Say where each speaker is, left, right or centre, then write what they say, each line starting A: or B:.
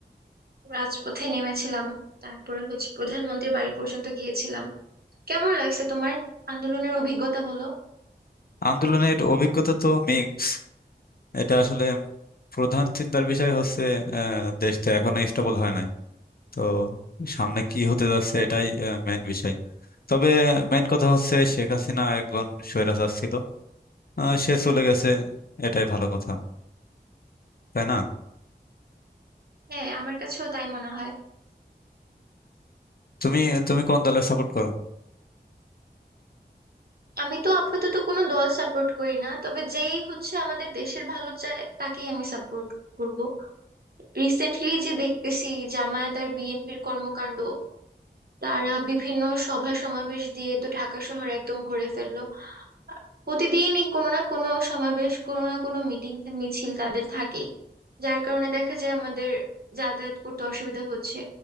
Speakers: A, on the right; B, on the left.
A: রাজপথে নেমেছিলাম তারপরে হচ্ছে প্রধানমন্ত্রীর বাড়ি পর্যন্ত গিয়েছিলাম কেমন লাগছে তোমার আন্দোলনের অভিজ্ঞতা বলো
B: আন্দোলনের অভিজ্ঞতা তো মিক্স এটা আসলে প্রধান চিন্তার বিষয় হচ্ছে আহ, দেশটা এখনো স্টেবল হয় নাই তো সামনে কি হতে যাচ্ছে এটাই মেইন বিষয় তবে মেইন কথা হচ্ছে শেখ হাসিনা একজন স্বৈরাচার ছিল আহ, সে চলে গেছে এটাই ভালো কথা তাই না
A: হ্যাঁ আমার কাছেও তাই মনে হয়
B: তুমি তুমি কোন দলের সাপোর্ট করো
A: আমি তো আপাতত কোনো দল সাপোর্ট করি না তবে যেই হচ্ছে আমাদের দেশের ভালো চায় তাকেই আমি সাপোর্ট করব রিসেন্টলি যে দেখতেছি জামায়াত আর বিএনপির কর্মকাণ্ড তারা বিভিন্ন সভা সমাবেশ দিয়ে তো ঢাকা শহর একদম ভরে ফেললো প্রতিদিনই কোনো না কোনো সমাবেশ কোনো না কোনো মিটিং মিছিল তাদের থাকেই যার কারণে দেখা যায় আমাদের যাতায়াত করতে অসুবিধা হচ্ছে